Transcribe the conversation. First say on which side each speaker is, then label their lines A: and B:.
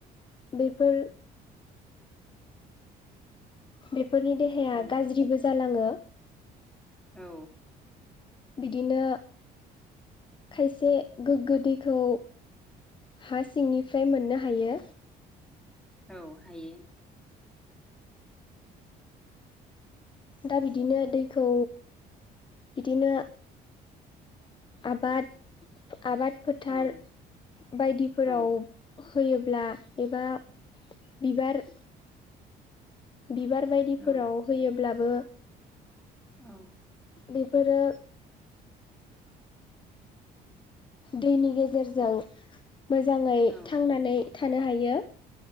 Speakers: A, on the left (about 30°); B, in the centre.
A: बेफोर बेफोरनि देहाया
B: औ
A: गाज्रिबो जालाङो
B: औ
A: बिदिनो खायसे गोग्गो दैखौ हा सिंनिफ्राय मोननो हायो
B: औ हायो
A: दा बिदिनो दैखौ बिदिनो आबाद आबाद फोथार
B: औ
A: बायदिफोराव
B: औ
A: होयोब्ला एबा बिबार बिबार बायदिफोराव
B: औ
A: होयोब्लाबो
B: औ
A: बेफोरो दैनि गेजेरजों मोजाङै
B: औ
A: थांनानै थानो हायो।